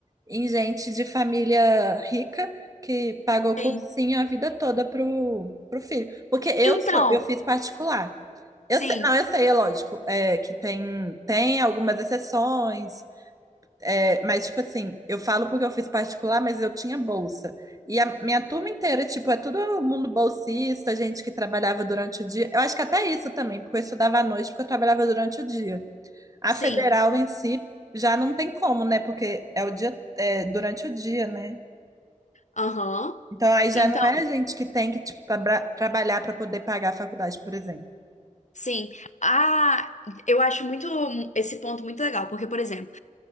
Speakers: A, on the right; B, on the left.
A: em gente de família rica que pagou
B: Sim.
A: cursinho a vida toda pro, pro filho. Porque eu
B: Então,
A: sou, eu fiz particular.
B: sim,
A: Eu sei, não, eu sei, é lógico, é, que tem, tem algumas exceções, é, mas, tipo assim, eu falo porque eu fiz particular, mas eu tinha bolsa. E a minha turma inteira, tipo, é todo mundo bolsista, gente que trabalhava durante o dia. Eu acho que até isso também, porque eu estudava à noite, porque eu trabalhava durante o dia. A
B: sim,
A: federal em si já não tem como, né? Porque é o dia, é, durante o dia, né?
B: aham.
A: Então aí já
B: Então,
A: não é gente que tem que, tipo, trabra- trabalhar para poder pagar a faculdade, por exemplo.
B: sim. Ah, eu acho muito hum, esse ponto muito legal, porque, por exemplo,